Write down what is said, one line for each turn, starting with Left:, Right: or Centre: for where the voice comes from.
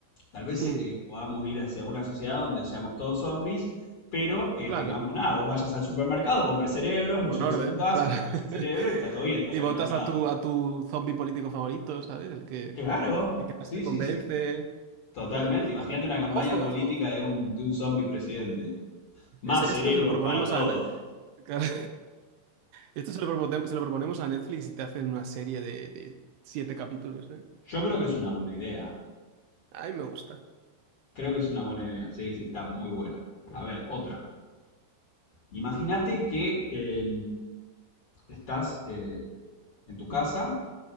Left: Tal vez
Right: Hmm.
Left: eh, podamos ir hacia una sociedad donde seamos todos zombies, pero eh,
Right: Claro.
Left: tengamos nada, vos vayas al supermercado, compres cerebros, los
Right: Con
Left: lleves
Right: orden,
Left: a tu casa,
Right: claro.
Left: te
Right: <laughs>
Left: comes el cerebro y está todo bien, estás
Right: Y
Left: alimentado.
Right: votas a tu, a tu zombie político favorito, ¿sabes? El que,
Left: Claro,
Right: el que más
Left: sí,
Right: te convence.
Left: sí, sí. Totalmente.
Right: Eh,
Left: Imagínate una campaña
Right: ojo,
Left: política
Right: ojo.
Left: de un, de un zombie presidente. Más
Right: Ese,
Left: cerebros
Right: esto se lo proponemos
Left: para todos.
Right: a... Ne- <laughs> Claro. Esto se lo, propone- se lo proponemos a Netflix y te hacen una serie de, de siete capítulos, ¿eh?
Left: Yo creo que es una buena idea.
Right: A mí me gusta.
Left: Creo que es una buena idea. Sí, sí, está muy buena. A ver, otra. Imagínate que eh, estás eh, en tu casa